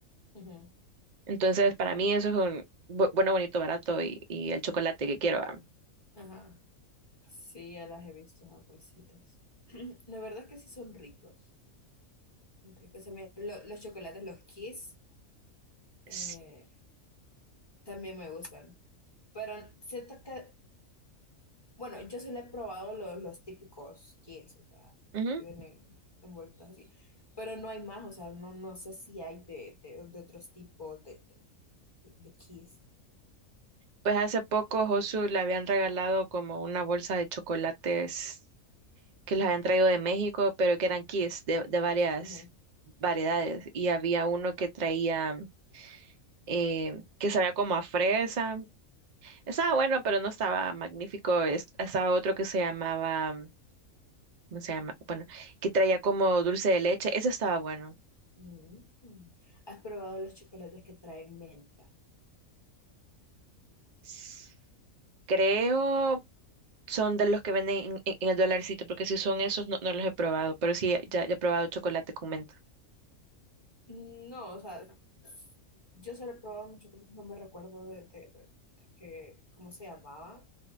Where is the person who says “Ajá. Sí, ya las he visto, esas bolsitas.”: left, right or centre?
Left